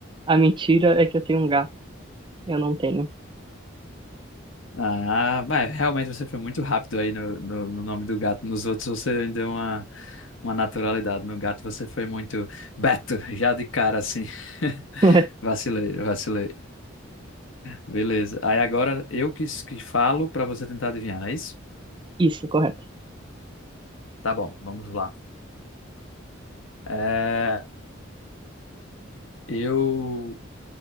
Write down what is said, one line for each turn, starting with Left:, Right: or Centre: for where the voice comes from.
Right: a mentira é que eu tenho um gato. Eu não tenho.
Left: Ah, mas realmente você foi muito rápido aí no, no, no nome do gato. Nos outros você deu uma, uma naturalidade. No gato você foi muito Beto, já de cara assim. <laughs>
Right: <laughs>
Left: Vacilei, vacilei. Beleza. Aí agora eu que, que falo para você tentar adivinhar, não é isso?
Right: Isso, correto.
Left: Tá bom, vamos lá. É, eu